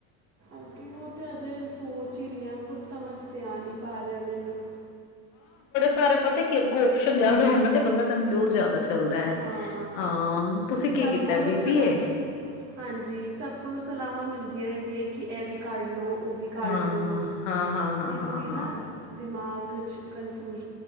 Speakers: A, on the right; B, on the left.
A: ਅੱਗੇ ਉਹ ਤੇ ਅਜੇ ਸੋਚ ਹੀ ਰਹੀ ਹਾਂ ਕੁੱਛ ਸਮਝ ਤੇ ਆ ਨਹੀਂ ਪਾ ਰਿਹਾ ਮੈਨੂੰ।
B: ਸਾਰਾ ਪਤਾ ਕਿ ਅੱਗੋਂ ਓਪਸ਼ਨ ਜ਼ਿਆਦਾ ਹੋਣ ਨਾ ਤੇ ਬੰਦਾ ਕਨਫਉਂਜ਼ ਜ਼ਿਆਦਾ ਚੱਲਦਾ ਹੈ।
A: ਹਾਂ
B: ਹਾਂ ਤੁਸੀਂ ਕੀ
A: ਸਭ
B: ਕੀਤਾ
A: ਕੋਲੋਂ
B: ਬੀ
A: ਸਲਾ,
B: ਬੀ ਏ
A: ਹਾਂਜੀ ਸਭ ਕੋਲੋਂ ਸਲਾਹਾਂ ਮਿਲਦੀਆਂ ਦੀ ਹੈ ਕਿ ਇਹ ਵੀ ਕਰ ਲਉ ਉਹ ਵੀ ਕਰ
B: ਹਾਂ
A: ਲਓ
B: ਹਾਂ ਹਾਂ ਹਾਂ
A: ਤੇ
B: ਹਾਂ
A: ਇਸ
B: ਹਾਂ
A: ਲਈ ਨਾ
B: ਹਾਂ
A: ਦਿਮਾਗ ਕਫਿਊਜ।